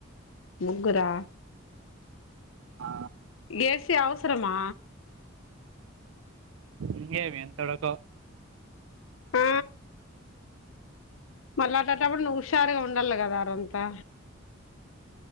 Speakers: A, on the left; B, on the right.
A: ముగ్గురా
B: ఆ
A: ఏసీ అవసరమా
B: ఇంగేమి ఎంతడాతో
A: ఆ మళ్ళా ఆటంటప్పుడు నువు ఉషారుగా ఉండాలి గదా ఆరోంతా